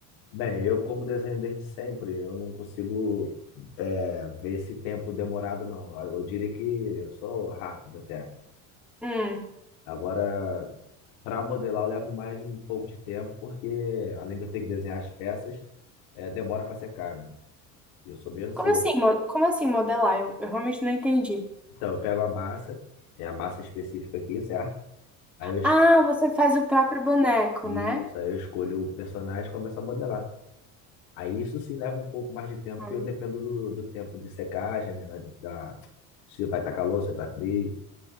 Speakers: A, on the left (about 85°); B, in the centre.
A: Bem, eu como desenho desde sempre, eu não consigo é, ver esse tempo demorado, não. Eu diria que eu sou rápido até.
B: Hum.
A: Agora, Para modelar, eu levo mais um pouco de tempo, porque além de eu ter que desenhar as peças, eh, demora para secar, né? E eu sou meio ansioso.
B: Como assim, mo- como assim modelar? Eu, eu realmente não entendi.
A: Então, eu pego a massa, tem a massa específica aqui, certo? Aí eu, es-
B: Ah, você faz o próprio boneco,
A: isso,
B: né?
A: aí eu escolho o personagem e começo a modelar. Aí isso sim leva um pouco mais de tempo,
B: Hum.
A: porque eu dependo do, do tempo de secagem, né? Da, da- se vai estar calor, se vai estar frio.